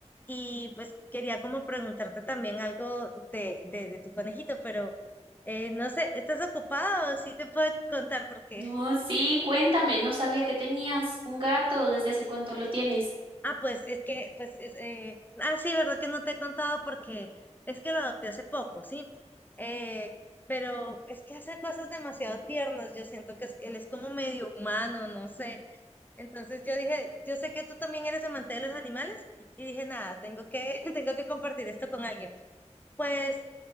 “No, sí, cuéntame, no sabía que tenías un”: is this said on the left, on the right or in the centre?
Right